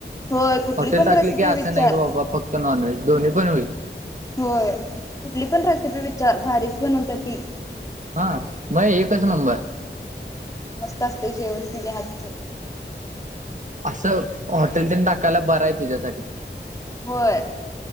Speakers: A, on the left; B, on the right.
A: होय कुठली
B: हॉटेल
A: पण
B: टाकले
A: रेसिपी
B: की
A: विचार
B: असं नाही की बाबा, फक्त नॉनव्हेज दोन्ही पण होईल.
A: होय कुठली पण रेसिपी विचार. भारीच बनवते ती.
B: हा होय एकच नंबर.
A: मस्त अस्तय जेवण तिज्या हातचं.
B: असं, हॉटेल तेन टाकायला बरं तुझ्यासाठी.
A: होय.